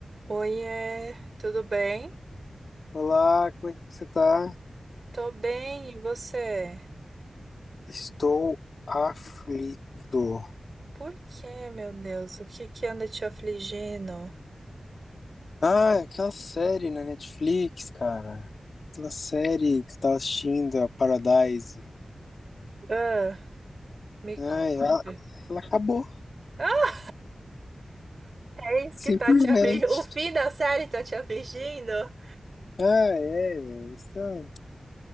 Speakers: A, on the right; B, on the left.
A: Oiê, tudo bem?
B: Olá, como é que você tá?
A: Tô bem, e você?
B: Estou aflito.
A: Por quê, meu Deus? O que que anda te afligindo?
B: Ah, é aquela série na Netflix, cara. Aquela série que eu tava assistindo, a Paradise.
A: Ah, me
B: Ai,
A: conta.
B: ela, ela acabou,
A: Ah, É isso
B: simplesmente.
A: que tá te afligindo. O fim da série tá te afligindo?
B: Ah, é. é isso é.